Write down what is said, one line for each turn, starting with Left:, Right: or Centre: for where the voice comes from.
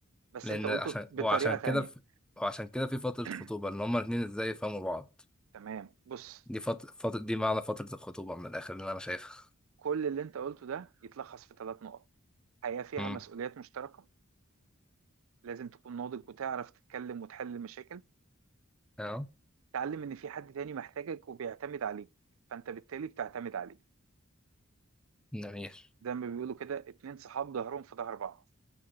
Right: بس
Centre: لأن
Right: انت قلته
Centre: عشان
Right: بطريقة
Centre: وعشان
Right: تانية
Centre: كده في... وعشان كده في فترة
Right: <clears throat>
Centre: خطوبة ان هما الاتنين ازاي يفهموا بعض
Right: تمام بص
Centre: دي فت... فت... دي معنى فترة الخطوبة من الآخر اللي أنا شايفها
Right: كل اللي انت قلته ده يتلخص في ثلاث نقط حياة فيها
Centre: امم
Right: مسؤوليات مشتركة لازم تكون ناضج وتعرف تتكلم وتحل المشاكل
Centre: اه
Right: تعلم ان في حد تاني محتاجك وبيعتمد عليك فانت بالتالي بتعتمد عليه
Centre: جميل
Right: زي ما بيقولوا كده اتنين صحاب ظهرهم في ظهر بعض